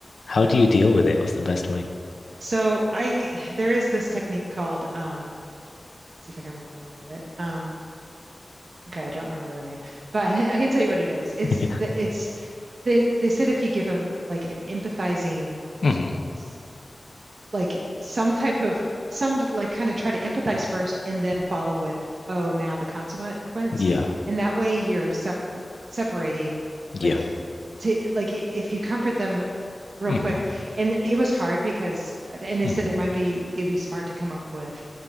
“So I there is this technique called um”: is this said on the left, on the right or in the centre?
Right